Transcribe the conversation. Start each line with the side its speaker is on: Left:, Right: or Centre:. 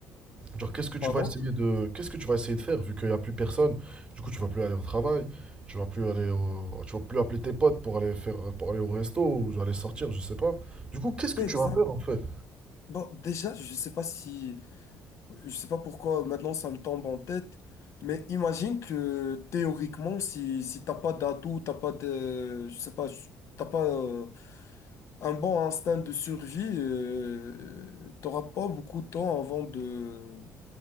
Right: Genre, qu'est-ce que tu
Left: Pardon?
Right: vas essayer de, qu'est-ce que tu vas essayer de faire vu qu'il n'y a plus personne? Du coup, tu vas plus aller au travail, tu vas plus aller au, tu vas plus appeler tes potes pour aller faire, pour aller au resto ou aller sortir, je sais pas. Du coup, qu'est-ce que
Left: Oui,
Right: tu
Left: exact.
Right: vas faire en fait?
Left: Bon, déjà, je sais pas si, je sais pas pourquoi maintenant ça me tombe en tête, mais imagine que théoriquement, si, si t'as pas d'atout, t'as pas de, je sais pas, t'as pas euh, un bon instinct de survie, euh, t'auras pas beaucoup de temps avant de,